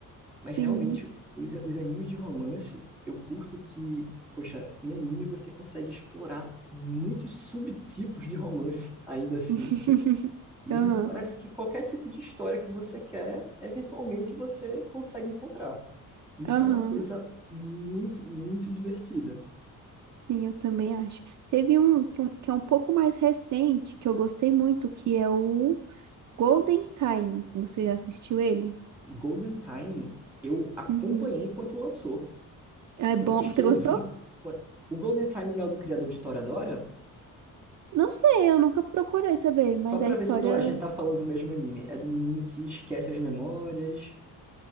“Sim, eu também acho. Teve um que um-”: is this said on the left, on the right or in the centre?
Right